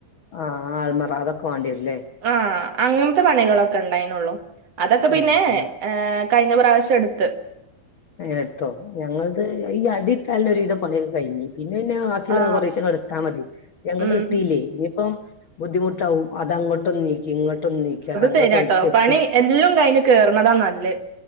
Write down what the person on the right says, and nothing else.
ആ അങ്ങനത്തെ പണികളൊക്കെ ഒണ്ടായ്നെള്ളൂ അതൊക്കെ പിന്നെ
ആ കഴിഞ്ഞ പ്രാവശ്യം എട്ത്ത്
ആ
ഉം
ശരിയാട്ടോ പണി
എല്ലാം കഴിഞ്ഞ് കേറുന്നതാ നല്ലെ